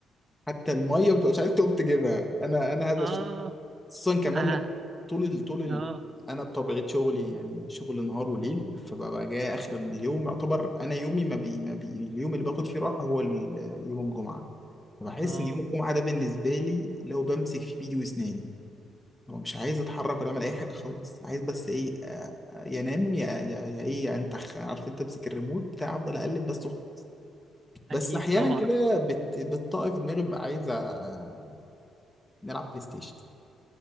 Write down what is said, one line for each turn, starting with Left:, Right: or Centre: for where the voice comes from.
Centre: حتى الميه ما تبقاش عايز تقوم تجيبها انا انا هذا
Right: اه
Centre: الشخص خصوصا كمان
Right: اه
Centre: لما طول ال... طول ال...
Right: اه
Centre: انا بطبيعه شغلي يعني شغل نهار وليل فببقى جاي اخر اليوم يعتبر انا يومي ما بي... ما بي... اليوم اللي باخد فيه راحه هو ال- يوم الجمعه فبحس
Right: اه
Centre: ان يوم الجمعه ده بالنسبه لي لو بمسك في بيدي واسناني هو مش عايز يتحرك ولا يعمل اي حاجه خالص عايز بس ايه آه، آه، ينام يا يا يا ايه يا انتخ عارف انت تمسك الريموت بتاع افضل اقلب بس وخلاص بس
Right: اكيد
Centre: احيانا
Right: طبعا
Centre: كده بت... بتطاقي في دماغي ببقى عايز آه، نلعب بلاي ستيشن